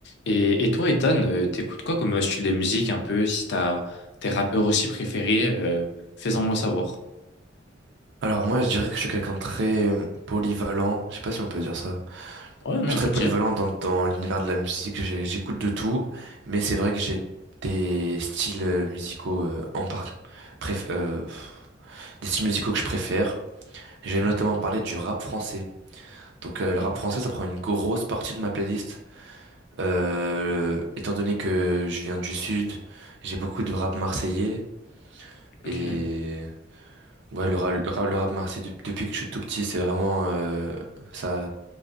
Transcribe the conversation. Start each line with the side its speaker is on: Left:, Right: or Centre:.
Left: Et, et toi, Ethan, euh, t'écoutes quoi comme euh, style de musique un peu? Si t'as tes rappeurs aussi préférés, euh, fais-en moi savoir.
Right: Alors moi, je dirais que je suis quelqu'un de très euh, polyvalent. Je sais pas si on peut dire ça.
Left: Ouais, non,
Right: Je suis
Left: on
Right: très
Left: peut
Right: polyvalent
Left: le dire.
Right: dans, dans l'univers de la musique. J'ai- J'écoute de tout, mais c'est vrai que j'ai des styles euh, musicaux euh, en part, euh, des styles musicaux que je préfère. J'ai notamment
Left: Ok.
Right: parlé du rap français. Donc euh, le
Left: Mm.
Right: rap français, ça prend une grosse partie de ma playlist. Euh, étant donné que je viens du sud, j'ai beaucoup de rap marseillais et
Left: Ok.
Right: ouais, le rap, le rap, le rap marseillais de- depuis que je suis tout petit, c'est vraiment euh, ça.